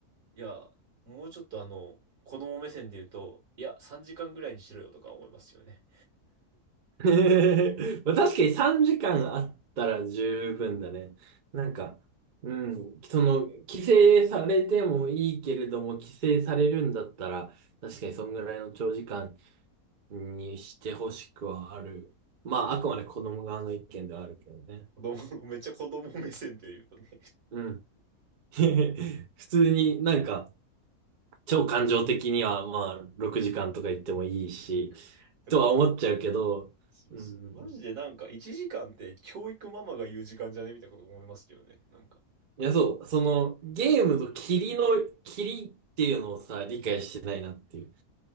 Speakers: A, on the right; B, on the right.
A: いや、もうちょっとあの、子供目線で言うと、いや、3時間ぐらいにしろよとか思いますよね。
B: <laughs> まあ確かに3時間あったら十分だね。なんか、うん、その、規制されてもいいけれども、規制されるんだったら、確かにそんぐらいの長時間にしてほしくはある。まあ、あくまで子供側の意見ではあるけどね。
A: 子供、<laughs> めっちゃ子供目線で言うとね。
B: うん。<laughs> 普通になんか、超感情的には、まあ、6時間とか言ってもいいし、
A: <laughs> なんか、
B: とは思っちゃうけど、
A: そうそう。
B: うん。
A: マジでなんか1時間って教育ママが言う時間じゃねみたいなこと思いますよね。なんか。
B: いや、そう、その、ゲームと霧の、霧っていうのをさ、理解してないなっていう。